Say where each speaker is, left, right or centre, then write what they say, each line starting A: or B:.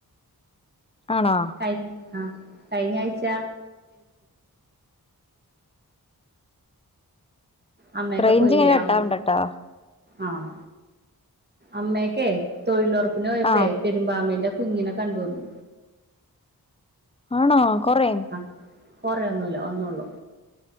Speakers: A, on the left (about 15°); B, on the right (about 25°).
A: ആണോ
B: കയ് ആ കയ്ഞ്ഞ ആയ്ച അമ്മക്കെ
A: റേഞ്ച്
B: പോയില്ലേ
A: ഇങ്ങനെ കട്ടാവണ്ടട്ടാ
B: അമ്മ ആഹ് അമ്മയക്കെ തൊഴിലുറപ്പിന് പോയപ്പോ
A: ആഹ്
B: പെരുമ്പാമ്പിന്റെ കുഞ്ഞിനെ കണ്ടുന്നു
A: ആണോ കോറെം
B: ആ കൊറേ ഒന്നൂല്ല ഒന്ന്ള്ളൂ